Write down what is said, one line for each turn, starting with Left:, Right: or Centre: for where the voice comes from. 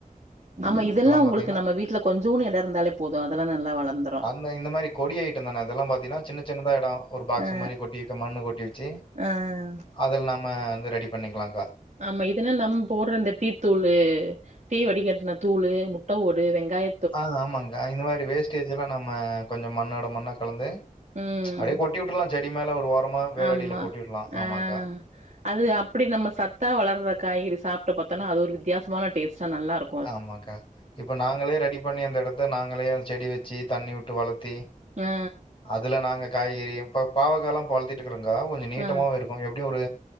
Right: ஆமா இதெல்லா
Left: பாத்தீங்கன்னா
Right: உங்களுக்கு நம்ம வீட்ல கொஞ்சோன்னு எடோ இருந்தாலே போது அதெல்லா நல்லா வளந்துரு
Left: அ இந்த மாரி கொடி அயிட்டந்தான இதெல்லாம் பாத்தீனா சின்ன சின்னதா எடோ ஒரு பாக்ஸ்
Right: ஆ,
Left: மாரி கொட்டி வெக்க மண்ணு கொட்டி வெச்சி
Right: ஆ.
Left: அதுல் நாம வந்து ரெடி பண்ணிக்கலாங்க்கா.
Right: ஆமா இதுன்னா நம் போட்ற இந்த டீத்தூளு டீ வடி கட்ன தூளு, முட்ட ஓடு, வெங்காய
Left: ஆ ஆமாங்க்கா இந்த மாரி வேஸ்டேஜ் எல்லா நம்ம கொஞ்சோ மண்ணோட மண்ணா கலந்து
Right: ம்.
Left: அப்டே கொ ட்டி உட்றலா செடி மேல ஒரு ஓரமா வேர்
Right: ஆமா.
Left: அடில கொட்டி உட்லா
Right: ஆ.
Left: ஆமாங்க்கா.
Right: அது அப்பிடி நம்ம சத்தா வளர்ற காய்கறி சாப்ட்டு பாத்தன்னா அது ஒரு வித்தியாசமான டேஸ்ட்டா நல்லாரு
Left: ஆமாங்க்கா இப்ப நாங்களே ரெடி பண்ணி அந்த எடத்த நாங்களே வந் செடி வெச்சி தண்ணி உட்டு வளத்தி
Right: ஆ.
Left: அதுல நாங்க காய்கறியு இப்ப பாவக்கால்லா இப்ப வளத்திட்டுக்கறங்க்கா கொஞ்சோ நீட்டமாவு
Right: ஆ.
Left: இரு க்கு எப்டியு ஒரு